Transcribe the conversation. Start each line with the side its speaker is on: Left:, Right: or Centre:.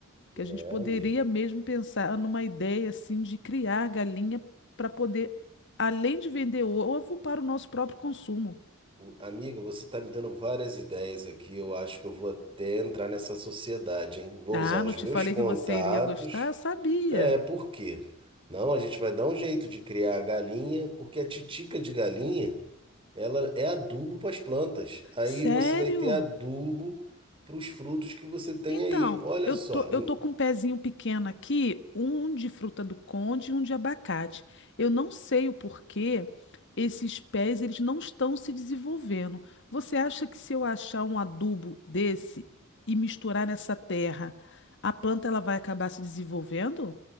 Left: Que
Right: é,
Left: a gente poderia
Right: amiga.
Left: mesmo pensar numa ideia assim de criar galinha para poder, além de vender ovo, para o nosso próprio consumo.
Right: O- Amiga, você está me dando várias ideias aqui. Eu acho que eu vou até entrar nessa sociedade, hein? Vou
Left: Ah,
Right: usar os
Left: não te
Right: meus
Left: falei
Right: contatos.
Left: que você iria gostar? Eu sabia.
Right: É, por quê? Não, a gente vai dar um jeito de criar a galinha, porque a titica de galinha, ela é adubo para as plantas. Aí
Left: Sério?
Right: você vai ter adubo para os frutos que você tem
Left: Então,
Right: aí. Olha
Left: eu
Right: só,
Left: tô, eu tô com um pezinho pequeno aqui, um de fruta do conde e um de abacate. Eu não sei o porquê esses pés eles não estão se desenvolvendo. Você acha que se eu achar um adubo desse e misturar nessa terra, a planta ela vai acabar se desenvolvendo?